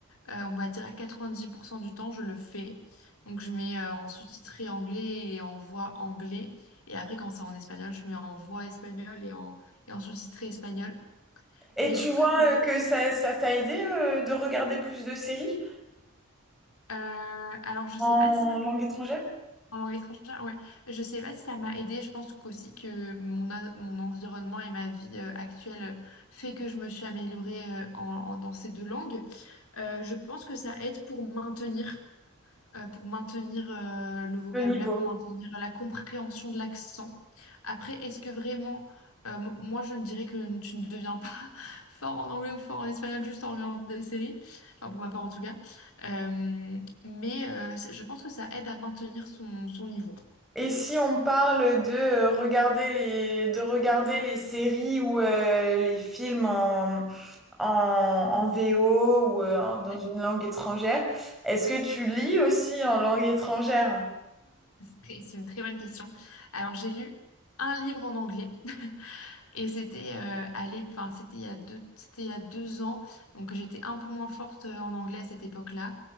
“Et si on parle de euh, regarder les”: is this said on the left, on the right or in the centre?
Centre